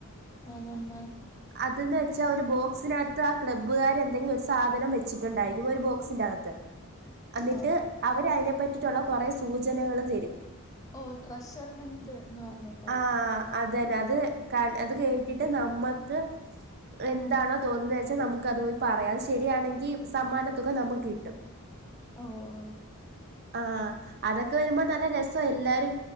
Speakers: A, on the left; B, on the right.
A: അതന്നെ
B: അതന്ന് വെച്ചാ ഒരു ബോക്സിനാത്ത് ആ ക്ലബ്ബുകാരെന്തെങ്‌ ഒരു സ് സാധനം വെച്ചിട്ടുണ്ടാരിക്കും ഒരു ബോക്സിന്റെകത്ത് അന്നിട്ട്
A: ആഹ്
B: അവരയിനെ പറ്റിറ്റൊള്ള കൊറേ സൂചനകള് തെരും
A: ഓ ട്രഷർ ഹണ്ട് എന്ന് പറഞ്ഞിട്ട്
B: ആഹ് അതന്നെ അത് കൾ അത് കേട്ടിട്ട് നമ്മക്ക് എന്താണോ തോന്ന്ന്നേച്ച് നമുക്ക് അത് പോയി പറയാം അത് ശെരിയാണെങ്കി സമ്മാന തുക നമുക്ക് കിട്ടും
A: ഓ ഓ
B: <inaudible> ആഹ് അതൊക്കെ വരുമ്പം നല്ല രസ്സ്വാ എല്ലാരും